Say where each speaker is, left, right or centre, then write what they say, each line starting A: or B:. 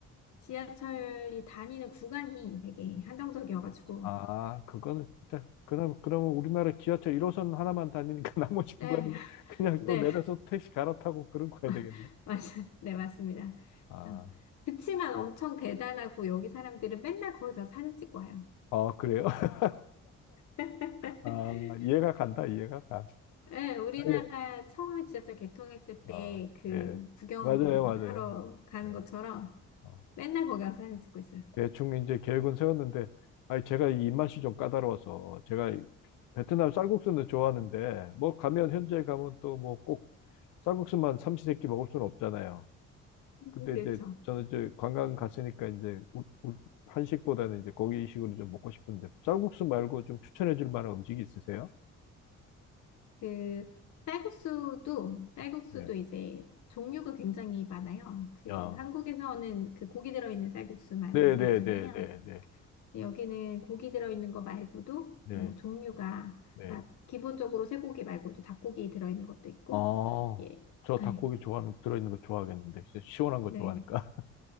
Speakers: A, on the left; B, on the left.
A: 지하철이 다니는 구간이 되게 한정적이어가지고,
B: 아, 그거는 진짜 그럼 그러면 우리나라 지하철 1호선 하나만 다니니까 <laughs> 나머지
A: 네,
B: 구간은 그냥
A: 네,
B: 또 내려서 택시 갈아타고 그런 거야
A: <laughs>
B: 되겠네.
A: 맞아요. 네, 맞습니다.
B: 아,
A: 어, 그치만 엄청 대단하고 여기 사람들은 맨날 거기 가서 사진 찍고 와요.
B: 아 그래요? <laughs>
A: <laughs>
B: 아, 이해가 간다, 이해가 가.
A: 예, 우리나라
B: 아 예.
A: 처음에 지하철 개통했을
B: 어,
A: 때 그
B: 예.
A: 구경하러
B: 맞아요, 맞아요.
A: 가는
B: 예.
A: 것처럼
B: 어,
A: 맨날 거기 가서 사진 찍고 있어요.
B: 대충 이제 계획은 세웠는데, 아니, 제가 이 입맛이 좀 까다로워서, 제가 이 베트남 쌀국수는 좋아하는데, 뭐 가면, 현지에 가면 또 뭐 꼭 쌀국수만 삼시세끼 먹을 수는 없잖아요.
A: 음.
B: 근데
A: 그렇죠.
B: 이제 저는 이제 관광 갔으니까 이제 우- 우- 한식보다는 이제 고기식으로 좀 먹고 싶은데, 쌀국수 말고 좀 추천해 줄 만한 음식이 있으세요?
A: 그 쌀국수도 쌀국수도
B: 네.
A: 이제 종류가 굉장히 많아요. 그
B: 야.
A: 한국에서는 그 고기 들어있는 쌀국수만
B: 네네네네네.
A: 먹잖아요. 네, 여기는 고기 들어있는 거 말고도
B: 네.
A: 뭐 종류가
B: 네.
A: 그러니까 기본적으로 쇠고기 말고도 닭고기 들어있는 것도 있고
B: 아,
A: 예,
B: 저
A: 아이,
B: 닭고기 좋아하는, 들어있는 거 좋아하겠는데, 진짜 시원한 거
A: 네.
B: 좋아하니까. <laughs>